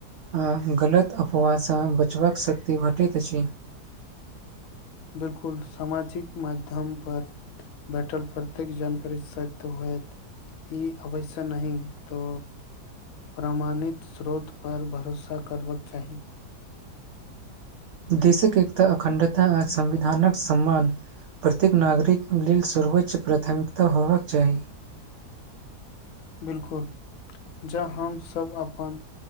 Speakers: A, on the right; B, on the left.
A: आ गलत अफवाहसँ बचबाक शक्ति भेटैत अछि
B: बिलकुल सामाजिक माध्यम पर बैठल प्रत्येक जानकारी सक्त होयत ई अवश्य नही तो प्रमाणित स्रोत पर भरोसा करबाक चाही
A: देशक एक तऽ अखण्डता आ संविधानक सम्मान प्रत्येक नागरिक लेल सर्वोच्च प्राथमिकता होबाक चाही
B: बिलकुल जँ हमसब अपन